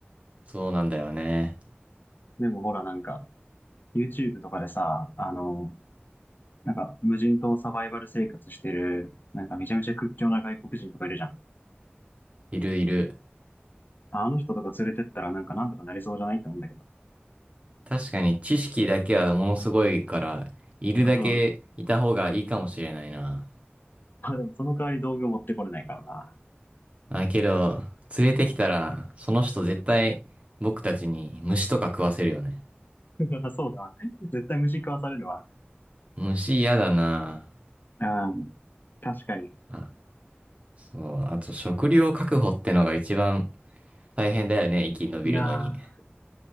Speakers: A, on the right; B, on the left.
A: そうなんだよね。
B: でもほらなんか、YouTube とかでさ、あの、なんか無人島サバイバル生活してる、なんかめちゃめちゃ屈強な外国人とかいるじゃん。
A: いるいる。
B: あの人とか連れてったらなんかなんとかなりそうじゃないって思うんだけど。
A: 確かに知識だけはものすごいから、いるだけいた方がいいかもしれないな。
B: うん。あ、でもその代わり道具持ってこれないからな。
A: あ、けど、連れてきたら、その人絶対僕たちに虫とか食わせるよね。
B: <laughs> そうだわ。絶対虫食わされるわ。
A: 虫嫌だな。
B: うん。確かに。
A: あ、そう。あと食料確保ってのが一番大変だよね、生き延びるのに。
B: いやー、